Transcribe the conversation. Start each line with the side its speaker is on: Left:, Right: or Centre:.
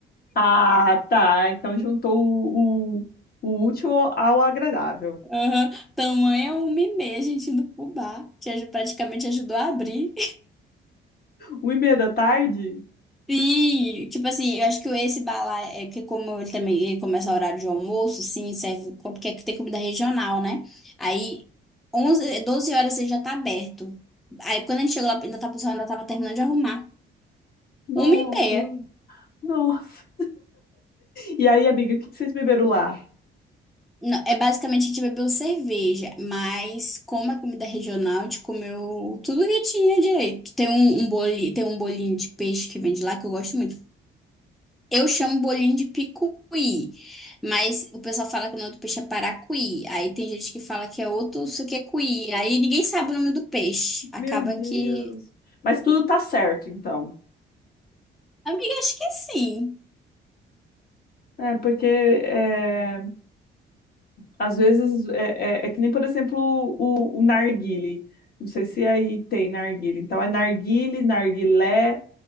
Left: Ah, tá. Então juntou o, o, o útil ao agradável.
Centre: Aham. Tamanho é uma e meia, a gente indo pro bar. Te aj- Praticamente ajudou a abrir.
Left: Uma e meia da tarde?
Centre: Sim, tipo assim, eu acho que esse bar lá é que como ele também ele começa a horário de almoço, sim, serve porque tem comida regional, né? Aí 11 12 horas ele já tá aberto. Aí quando a gente chegou lá, ainda tá pessoal ainda tava terminando de arrumar.
Left: Nossa,
Centre: Uma e meia.
Left: nossa. E aí, amiga, o que que vocês beberam lá?
Centre: Não, é basicamente a gente bebeu cerveja, mas como é comida regional, a gente comeu tudo que tinha direito. Tem um, um bolinho, tem um bolinho de peixe que vende lá que eu gosto muito. Eu chamo bolinho de picuí, mas o pessoal fala que o nome do peixe é paracuí. Aí tem gente que fala que é outro, isso que é cuí. Aí ninguém sabe o nome do peixe. Acaba
Left: Meu Deus.
Centre: que.
Left: Mas tudo tá certo, então.
Centre: Amiga, acho que sim.
Left: É, porque é, às vezes é, é- é que nem, por exemplo, o, o narguile. Não sei se aí tem narguile. Então é narguile, narguilé,